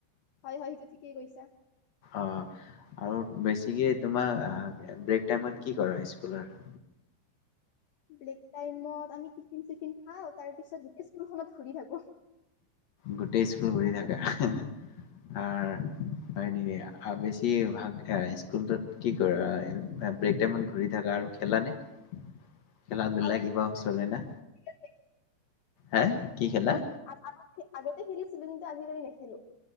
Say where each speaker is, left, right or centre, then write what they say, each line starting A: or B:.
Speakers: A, on the left (about 65°); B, on the left (about 80°).
A: হয় হয় সেইটো ঠিকেই কৈছা
B: অ আৰু বেছিকে তোমাৰ ব্ৰেক টাইমত কি কৰা স্কুলৰ
A: বেক টাইমত আমি টিফিন চিফিন খাওঁ তাৰ পিছত গোটেই স্কুলখনত ঘুৰি থাকো
B: গোটেই স্কুল ঘুৰি থাকা অ হা আ হয় নেকি আ বেছি ভাগ স্কুলত কি কৰা ব্ৰেক টাইমত ঘূৰি থাকা আৰু খেলা নে খেলা দুলা
A: আগতে
B: কিবা চলে নে
A: আজিকালি
B: হে কি খেলা
A: আগ আগতে খেলিছিলো কিন্তু আজিকালি নেখেলো